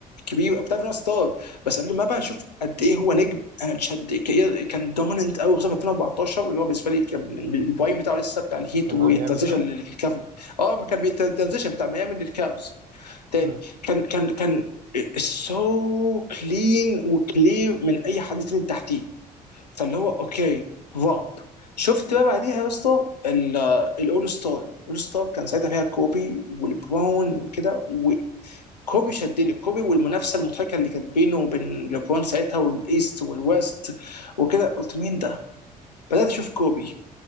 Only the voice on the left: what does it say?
كبير بتعرف ان هو ستار بس قبل ما بقى اشوف قد ايه هو نجم انا اتشد ك- كان دوميننت قوي خصوصا في 2014 اللي هو بالنسبه لي كان من- البرايم بتاعه لسه بتاع الهيت
والترانزيشن
للكافل اه ما كان بيترانزيشن بتاع ميامي للكافز تاني
كان كان كان سو كلين وكلير من اي حد تاني تحتيه فاللي هو اوكي رعب شفت بقى بعديها يا اسطى ال- الاول ستار الاول ستار كان ساعتها فيها كوبي ولبرون وكده وكوبي شدني كوبي والمنافسه المضحكه اللي كانت بينه وبين لبرون ساعتها والايست والويست وكده قلت مين ده؟ بدات اشوف كوبي